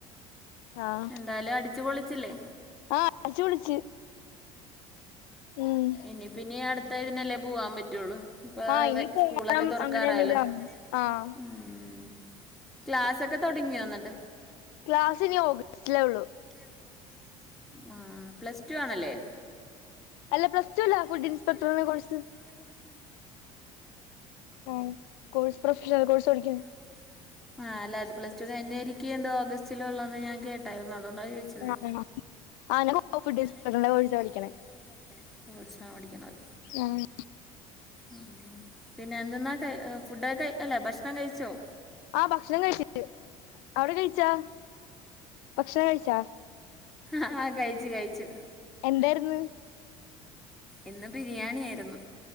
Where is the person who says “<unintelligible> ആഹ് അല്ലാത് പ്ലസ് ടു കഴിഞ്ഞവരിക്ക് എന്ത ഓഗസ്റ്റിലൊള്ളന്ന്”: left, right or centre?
Centre